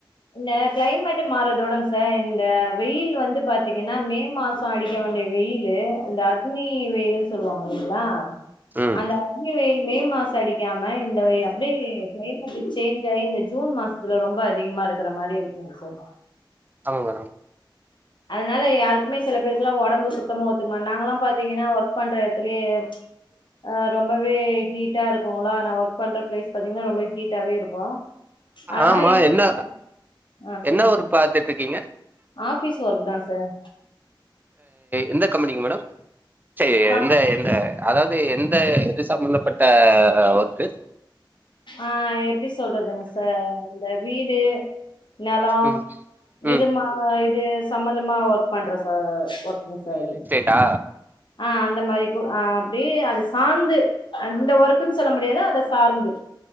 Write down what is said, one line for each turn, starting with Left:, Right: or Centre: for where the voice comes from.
Left: இந்த க்ளைமேட் மாறதோடங் சார் இந்த வெயில் வந்து பாத்தீங்கனா மே மாசொ அடிக்க வேண்டிய வெயிலு இந்த அக்னி வெயிலுன் சொல்வாங்க இல்லிங்ளா
Right: ம்
Left: அந்த அக்னி வெயிலு மே மாசோ அடிக்காம இந்த வந்து க்ளைமேட்டு சேஞ்ச் ஆயி இந்த ஜுன் மாசத்துல ரொம்ப அதிகமா இருக்குற மாரி இருக்குங்க சார்
Right: ஆமா மேடம்
Left: அதுனால யாருக்குமே சில பேருக்குலா ஒடம்பு சுத்தமா ஒத்துக்மா நாங்கலா பாத்தீங்கனா ஒர்க் பண்ற எடத்துலயே அ ரொம்ப ரொம்பவே ஹீட்டா இருக்குங்களா நா ஒர்க் பண்ற பிளேஸ் பாத்தீங்கன்னா ரொம்ப ஹீட்டாவே இருக்கூ ஆனா
Right: ஆமா
Left: எங்களுக்கூ
Right: என்ன
Left: பாத்திங் ஆ சொல்லுங்க
Right: என்ன ஒர்க்
Left: சார்
Right: பாத்துட்ருக்கீங்க
Left: ஆஃபீஸ் ஒர்க் தா சார்
Right: எந்த கம்பெனிங் மேடம் சே
Left: கம்
Right: எந்த எந்த அதாவ்து எந்த எது சம்பந்தப்பட்ட ஒர்க்கு
Left: ஆ எப்டி சொல்றதுங்க சார் இந்த வீடு நெலொ
Right: ம்
Left: இது
Right: ம்
Left: மா இது சம்பந்தமா ஒர்க் பண்ற சார் ஒர்க்கிங் சார் இது
Right: டா
Left: ஆ அந்த மாரி கு ஆ அப்டியே அது சாந்து அந்த ஒர்க்குனு சொல்ல முடியாது அத சார்ந்து